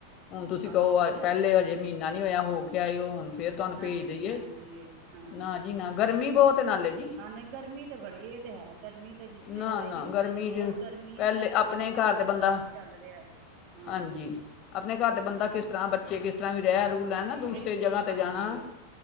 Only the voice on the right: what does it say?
ਆਹੋ
ਇਹ ਤੇ ਹੈ
ਹਾਂਜੀ-ਹਾਂਜੀ
ਹਾਂ,
ਹਾਂ ਨਹੀਂ ਗਰਮੀ ਤੇ ਬੜੀ ਇਹ ਤੇ ਹੈ ਗਰਮੀ ਤੇ ਜਿਸਲੇ
ਹੋਏਗੀ ਉਸਲੇ
ਤੇ ਬਹੁਤ
ਗਰਮੀ
ਹੈ ਮੌਸਮ
ਬਹੁਤ
ਖ਼ਰਾਬ ਚੱਲ ਰਿਹਾ ਹਾਂ
ਹਾਂ
ਬਿਲਕੁਲ
ਹਾਂਜੀ